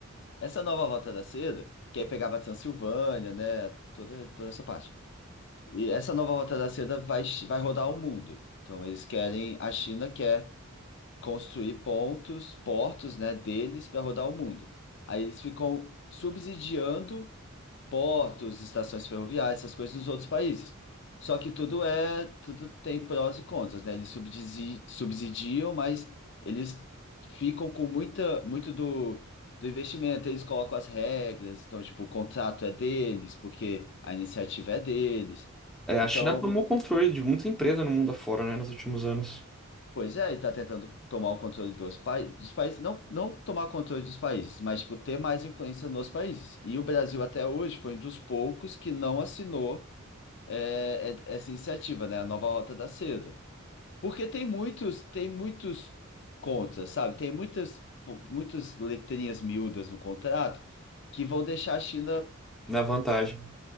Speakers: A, on the left (about 55°); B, in the centre.
A: Essa nova Rota da Seda, que aí pegava a Transilvânia, né? Toda, toda essa parte. E essa nova Rota da Seda vai, chi- vai rodar o mundo. Então eles querem, a China quer construir pontos, portos, né, deles para rodar o mundo. Aí eles ficam subsidiando portos, estações ferroviárias, essas coisas dos outros países. Só que tudo é, tudo tem prós e contras, né? Eles subsidi- subsidiam, mas eles ficam com muita, muito do, do investimento, eles colocam as regras, então, tipo, o contrato é deles, porque a iniciativa é deles.
B: É, a
A: Então,
B: China tomou controle de muita empresa no mundo afora, né, nos últimos anos,
A: pois é, ele está tentando tomar o controle dos, pa dos países, não, não tomar o controle dos países, mas, tipo, ter mais influência nos países. E o Brasil, até hoje, foi um dos poucos que não assinou é, é- essa iniciativa, né? A nova Rota da Seda. Porque tem muitos, tem muitos contras, sabe? Tem muitas, pu- muitas letrinhas miúdas no contrato que vão deixar a China
B: na vantagem.